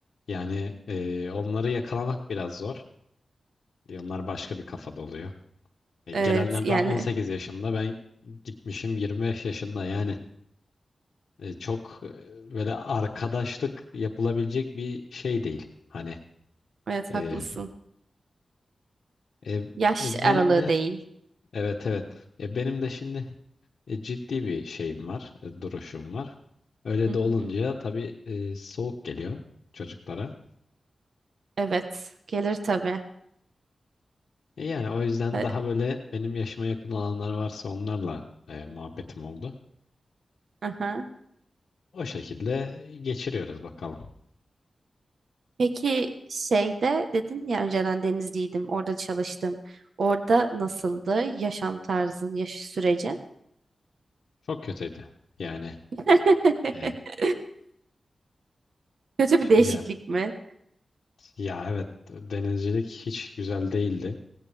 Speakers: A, on the left; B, on the right.
A: Yani e, onları yakalamak biraz zor. E, Onlar başka bir kafada oluyor. E,
B: Evet
A: gelenler
B: yani
A: daha 18 yaşında ben gitmişim 25 yaşında yani e, çok e, böyle arkadaşlık yapılabilecek bir şey değil. Hani
B: evet
A: e,
B: haklısın.
A: e,
B: Yaş
A: e, benim
B: aralığı
A: de
B: değil.
A: evet evet E, benim de şimdi e, ciddi bir şeyim var e, duruşum var. Öyle
B: Hı
A: de olunca
B: hı.
A: tabii e, soğuk geliyor çocuklara.
B: Evet gelir tabii.
A: E yani o yüzden
B: E,
A: daha böyle benim yaşıma yakın olanlar varsa onlarla e, muhabbetim oldu.
B: Aha.
A: O şekilde geçiriyoruz bakalım.
B: Peki şeyde dedin ya önceden Denizli'ydim orada çalıştım. Orada nasıldı yaşam tarzın, yaş sürecin?
A: Çok kötüydü. Yani
B: <laughs>
A: e,
B: Kötü bir değişiklik
A: ya,
B: mi?
A: ya evet denizcilik hiç güzel değildi.